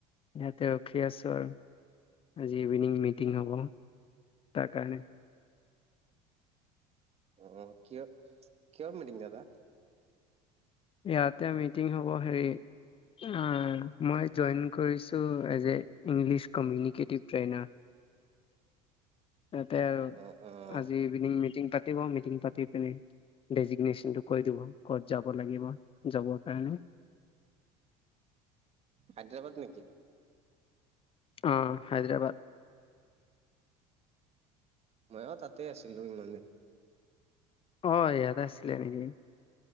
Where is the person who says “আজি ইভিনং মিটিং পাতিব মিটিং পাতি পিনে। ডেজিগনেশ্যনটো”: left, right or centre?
Left